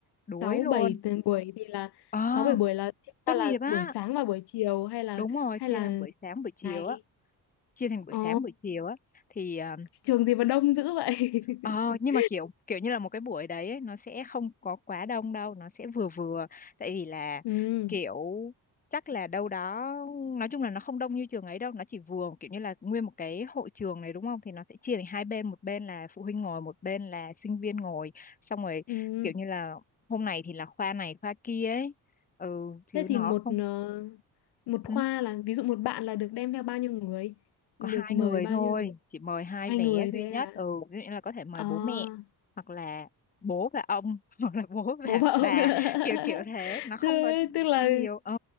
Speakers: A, on the left; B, on the left.
A: đuối
B: sáu
A: luôn.
B: bảy tuần buổi thì là
A: Ờ,
B: sáu bảy buổi là
A: tốt
B: ta là
A: nghiệp á.
B: buổi sáng và buổi chiều hay là
A: Đúng rồi,
B: hay
A: chia
B: là
A: làm buổi sáng buổi chiều
B: ngày
A: á, chia thành buổi
B: Ồ,
A: sáng buổi chiều á thì ờ,
B: trường gì mà đông dữ vậy?
A: ờ, nhưng
B: <laughs>
A: mà kiểu kiểu như là một cái buổi đấy ấy, nó sẽ không có quá đông đâu, nó sẽ vừa vừa tại vì là
B: Ừ,
A: kiểu chắc là đâu đó nói chung là nó không đông như trường ấy đâu, nó chỉ vừa kiểu như là nguyên một cái hội trường này đúng không? Thì nó sẽ chia thành hai bên, một bên là phụ huynh ngồi, một bên là sinh viên ngồi, xong rồi
B: ừ.
A: kiểu như là hôm nay thì là khoa này khoa kia ấy. Ừ chứ
B: Thế thì
A: nó
B: một
A: không.
B: ờ, một khoa
A: ừ.
B: là ví dụ một bạn là được đem theo bao nhiêu người?
A: có
B: Được
A: hai
B: mời
A: người
B: bao
A: thôi
B: nhiêu người?
A: chị mời hai
B: Hai
A: vé
B: người
A: duy
B: thôi
A: nhất
B: à?
A: ừ ví dụ như là có thể mời
B: À,
A: bố mẹ hoặc là bố và ông <laughs> hoặc là bố
B: bố
A: và
B: vợ
A: bà
B: không?
A: kiểu
B: <laughs>
A: kiểu thế nó
B: Chứ
A: không có
B: tức là
A: cho nhiều ừ